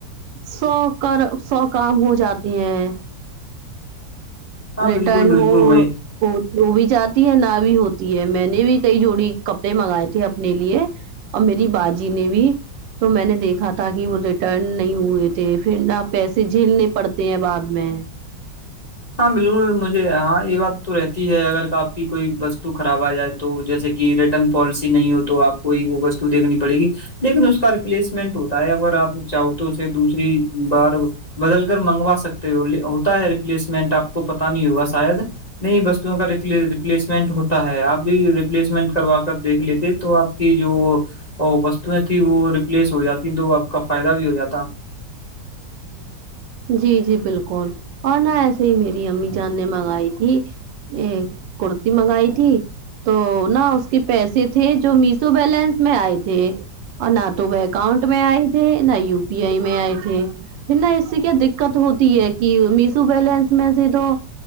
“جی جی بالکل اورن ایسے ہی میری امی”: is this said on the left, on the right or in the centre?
Right